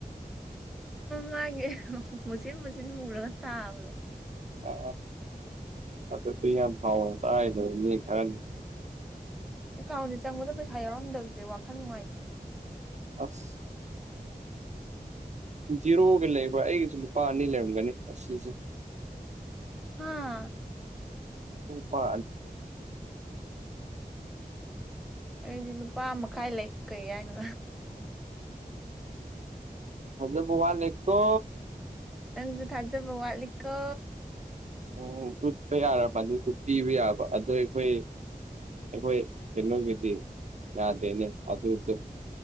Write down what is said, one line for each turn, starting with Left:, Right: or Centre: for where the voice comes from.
Centre: ꯃꯥꯒꯤ ꯃꯨꯆꯤꯟ ꯃꯨꯆꯤꯟ ꯃꯨꯔꯒ ꯇꯥꯕꯗꯣ
Right: ꯑ ꯑꯗꯨ ꯇꯏ ꯌꯥꯝ ꯍꯥꯎ ꯆꯥꯏꯅꯦꯕ ꯃꯤ ꯈꯔ
Centre: ꯑꯦꯀꯥꯎꯟꯁꯦ ꯆꯪꯕꯗ ꯄꯩꯁꯥ ꯌꯥꯎꯔꯝꯗꯕꯁꯦ ꯋꯥꯈꯜ ꯅꯨꯡꯉꯥꯏꯇꯦ
Right: ꯑꯁ ꯖꯤꯔꯣꯒ ꯂꯩꯕ꯭ꯔꯥ ꯑꯩꯒꯤꯁꯨ ꯂꯨꯄꯥ ꯑꯅꯤ ꯂꯩꯔꯝꯒꯅꯤ ꯑꯁꯤꯁꯦ
Centre: ꯍꯥꯥ
Right: ꯀ
Centre: ꯑꯩꯗꯤ ꯂꯨꯄꯥ ꯃꯈꯥꯏ ꯂꯩ ꯀꯩ ꯍꯥꯏꯅꯣ
Right: ꯍꯖꯕꯨ ꯋꯥꯂꯩꯀꯣ
Centre: ꯅꯪꯁꯨ ꯊꯥꯖꯕ ꯋꯥꯠꯂꯤꯀꯣ
Right: ꯑꯣ ꯎꯠꯄ ꯌꯥꯔꯕꯅꯤꯗꯨ ꯄꯤꯕ ꯌꯥꯕ ꯑꯗꯣ ꯑꯩꯈꯣꯏ ꯑꯩꯈꯣꯏ ꯀꯩꯅꯣꯒꯤꯗꯤ ꯌꯥꯗꯦꯅꯦ ꯑꯗꯨ ꯁ